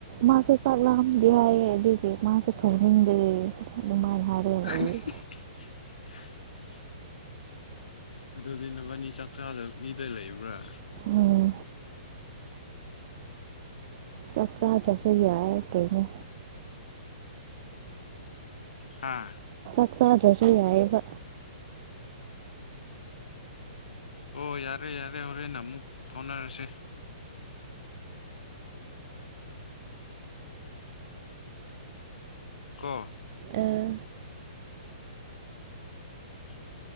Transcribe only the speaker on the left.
ꯍꯥ ꯍꯤ
ꯍꯤ ꯍꯤ <inaudible> ꯑꯗꯨꯗꯤ ꯅꯕꯥꯅꯤ ꯆꯥꯛꯆꯥꯗ ꯃꯤꯗ ꯂꯩꯕ꯭ꯔꯥ
ꯍꯥꯥ
ꯍ ꯌꯥꯔꯦ ꯌꯥꯔꯦ ꯍꯣꯔꯦꯟꯅ ꯑꯃꯨꯛ ꯐꯥꯎꯅꯔꯁꯤꯦ ꯀ
ꯎꯝ